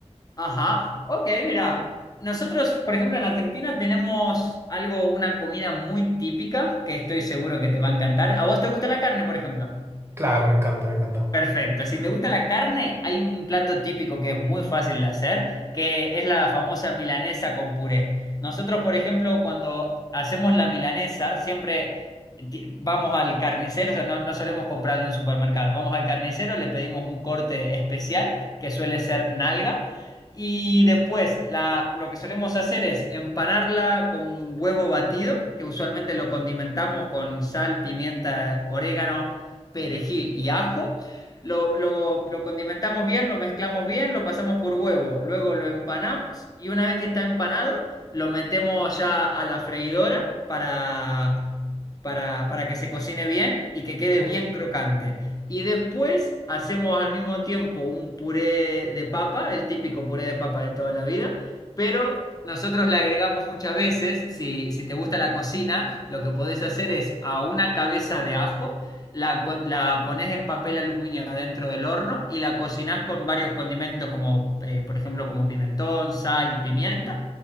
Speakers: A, on the left; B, on the right.
A: Ajá. Ok, mira. Nosotros, por ejemplo, en Argentina tenemos algo, una comida muy típica que estoy seguro que te va a encantar. ¿A vos te gusta la carne, por ejemplo?
B: Claro, me encanta, me encanta.
A: Perfecto. Si te gusta la carne, hay un plato típico que es muy fácil de hacer, que es la famosa milanesa con puré. Nosotros, por ejemplo, cuando hacemos la milanesa, siempre ti- vamos al carnicero, o sea, no, no solemos comprarla en un supermercado. Vamos al carnicero, le pedimos un corte especial, que suele ser nalga, y después la- lo que solemos hacer es empanarla con huevo batido, que usualmente lo condimentamos con sal, pimienta, orégano perejil y ajo. Lo, lo, lo condimentamos bien, lo mezclamos bien, lo pasamos por huevo, luego lo empanamos y una vez que está empanado, lo metemos ya a la freidora para, para, para que se cocine bien y que quede
B: Mm,
A: bien crocante. Y después hacemos al mismo tiempo un puré de papa, el típico puré de papa de toda la vida, pero nosotros le agregamos muchas veces, si, si te gusta la cocina, lo que podés hacer es a una cabeza de ajo. La, co- la pones en papel aluminio adentro del horno y la cocinas con varios condimentos como, eh, por ejemplo, como pimentón, sal, pimienta.